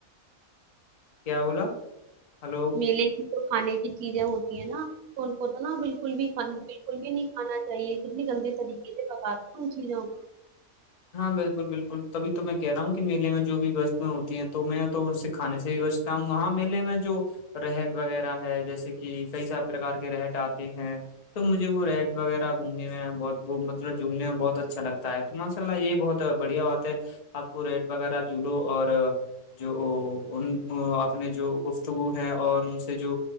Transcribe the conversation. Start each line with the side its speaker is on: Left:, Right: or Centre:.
Left: کیا بولا ہلو
Right: میلے کی تو کھانے کی چیزیں ہوتی ہیں نا ان کو تو نا بالکل بھی بالکل بھی نہیں کھانا چاہیے کتنی گندی طریقے سے پکاتے ان چیزوں کو
Left: ہاں بالکل بالکل تبھی تو میں کہہ رہا ہوں میلے میں جو بھی وستو ہوتی ہیں تو میں تو ان سے کھانے سے ہی و تا ہوں وہاں میلے میں جو رہٹ وغیرہ ہے جیسے کہ کئی سب پرکار کے رہٹ آتے ہیں تو مجھے وہ ریٹ وغیرہ گھومنے میں بہ مطلب جھومنے میں بہت اچھا لگتا ہے تو م اء اللہ یہ بہت بڑھیا بات ہے آپ کو ریٹ وغیرہ جولو اور جو ان اپنے جو گفتگو ہے اور ان سے جو